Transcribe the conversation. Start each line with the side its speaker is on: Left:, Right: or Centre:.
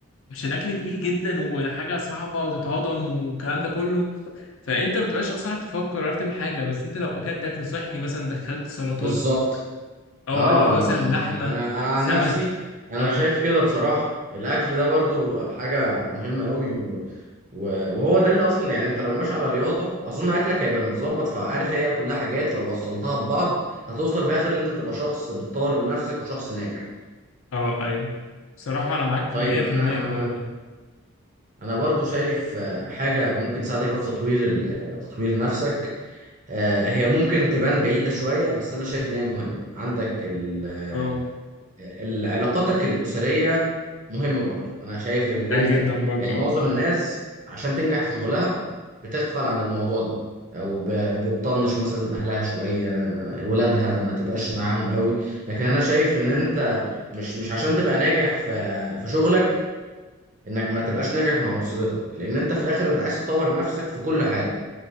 Left: عشان اكل تقيل جدا وحاجه صعبه وتتهضم والكلام ده كله فانت ما بتبقاش اصلا عارف تفكر عارف تعمل حاجه بس انت لو اكلت اكل صحي مثلا دخلت سلطات
Right: بالظبط
Left: اه
Right: اه
Left: اللي هو
Right: ما
Left: مثلا لحمه
Right: انا انا عن
Left: سمك
Right: نفسي انا
Left: اه
Right: شايف كده بصراحة الاكل ده برضو حاجة مهمة قوي و... و... وهو ده اللي اصلا يعني انت لو ماشي على رياضة اظن اكلك هيبقى متظبط فعارف هي كلها حاجات لو وصلتها ببعض هتوصل في الاخر ان انت تبقى شخص بتطور من نفسك وشخص ناجح
Left: اه ايوه بصراحه انا معاك
Right: طيب
Left: 100%
Right: انا
Left: في المية في الموضوع ده
Right: انا برضو شايف آه، حاجه ممكن تساعدك أوي في تطوير ال- تطوير نفسك آه، هي ممكن تبان بعيده شويه بس انا شايف ان هي مهمه عندك ال- آه،
Left: اه
Right: ال- علاقاتك الاسريه مهمه برضو انا شايف ان
Left: ده
Right: انت
Left: جدا برضه
Right: يعني معظم
Left: اه
Right: الناس عشان تنجح في شغلها بتغفل عن الموضوع ده او ب- بتطنش مثلا اهلها شويه آه، ولادها ما تبقاش معاهم قوي لكن انا شايف ان انت مش مش عشان تبقى ناجح في في شغلك انك ما تبقاش ناجح مع اسرتك لان انت في الاخر انت عايز تطور نفسك في كل حاجه